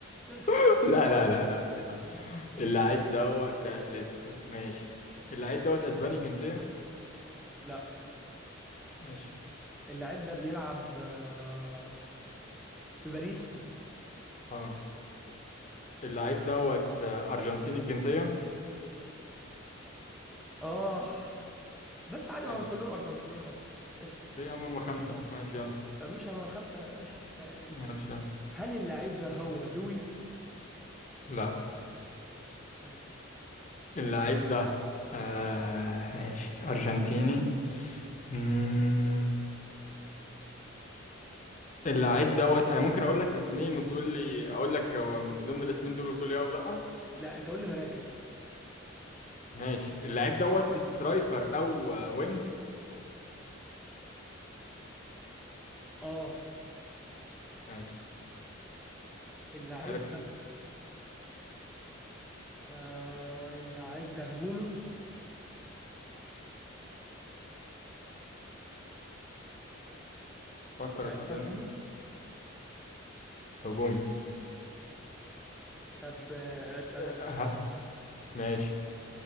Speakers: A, in the centre; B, on the left (about 35°).
A: ماشي
B: <laughs>
A: قول
B: لا لا لا لا ما تقلقش. اللعيب دوت في اتلتيكو ماشي اللعيب دوت اسباني الجنسيه
A: لا
B: ماشي
A: اللعيب ده بيلعب آه، في باريس
B: اه اللعيب دوت آه، أرجنتيني الجنسية
A: اه بس عادي
B: ماشي
A: ما هم كلهم ارجنتينيين اصلا قشطة
B: ليه يا عم هما خمسة ماشي يلا
A: طب مش هم الخمسة ماشي سهل.
B: ماشي يلا
A: هل اللعيب ده هو دوي
B: لا
A: ماشي
B: اللعيب ده آه ماشي أرجنتيني مم. اللعيب دوت أنا ممكن أقول لك اسمين وتقول لي أقول لك هو من ضمن الاسمين دول وتقول لي أه ولا لأ
A: لا انت قول لي مراكز
B: ماشي اللعيب دوت سترايكر أو آه، وينج
A: اه
B: ماشي
A: اللعيب
B: عرفته
A: آه اللعيب ده هجومي
B: فكر
A: اللعيب
B: يا صدقني
A: ده هجومي
B: هجومي
A: طب آه، اسأل
B: آه،
A: انت
B: ها ماشي